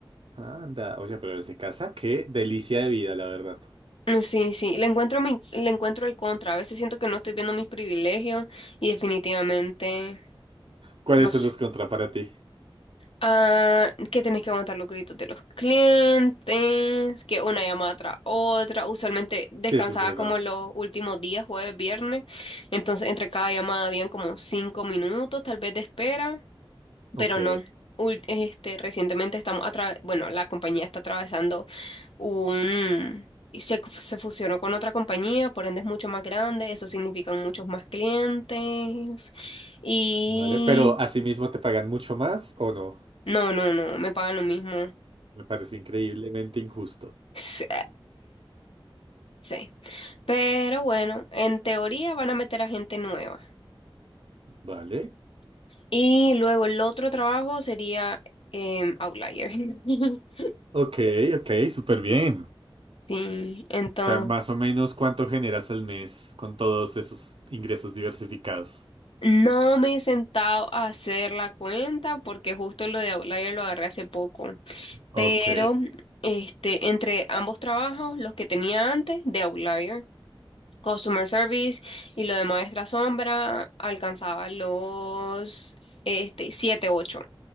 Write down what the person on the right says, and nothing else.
Anda, oye, pero desde casa, qué delicia de vida, la verdad.
¿Cuáles
son
los contras para ti?
Sí, eso es verdad.
Ok,
vale, pero asimismo te pagan mucho más o no?
Me parece increíblemente injusto.
Vale.
Ok, ok, súper bien.
O sea, más o menos cuánto generas al mes con todos esos ingresos diversificados.
Ok,